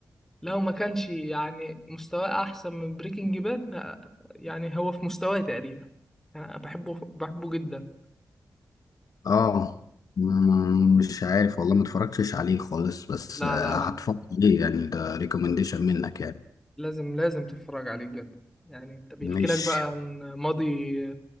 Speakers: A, in the centre; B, on the left.
A: لو ما كانش يعني مستواه احسن من بريكنج باد يعني هو في مستواه تقريبا يعني انا بحبه بحبه جدا
B: اه مم، مش عارف والله ما اتفرجتش عليه خالص بس
A: لا
B: آه
A: لا
B: هتفرج
A: لا
B: عليه يعني ده ريكومنديشن منك يعني
A: لازم لازم تتفرج عليه بجد يعني انت بيحكي
B: ماشي
A: لك بقى عن ماضي